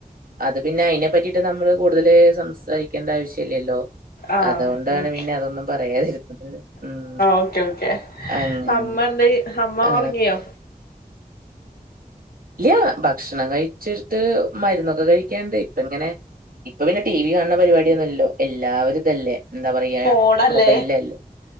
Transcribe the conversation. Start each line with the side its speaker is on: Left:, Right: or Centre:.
Right: അത് പിന്നെ അയിനെ പറ്റി നമ്മള് കൂടുതല് സം സാരിക്കേണ്ട ആവശ്യ ഇല്ലല്ലോ
Left: ആഹ്
Right: അതുകൊണ്ടാണ്
Left: ഓക്കെ
Right: പിന്നെ അതൊന്നും പറയാതിരുന്നത് ഉം
Left: ഓക്കേ ഓക്കേ
Right: അങ്ങനെ
Left: അമ്മ എന്തേയ് അമ്മ
Right: ആ,
Left: ഉറങ്ങിയോ
Right: ഇല്ല ഭക്ഷണം കഴിച്ചിട്ട് മരുന്നൊക്കെ കഴിക്കാണ്ട് ഇപ്പം ഇങ്ങനെ ഇപ്പം പിന്നെ ടി വി കാണണ പരിപാടിയൊന്നും ഇല്ലോ എല്ലാവരും ഇതല്ലേ എന്താ പറയാ
Left: ഫോണല്ലേ
Right: മൊബൈലല്ലേ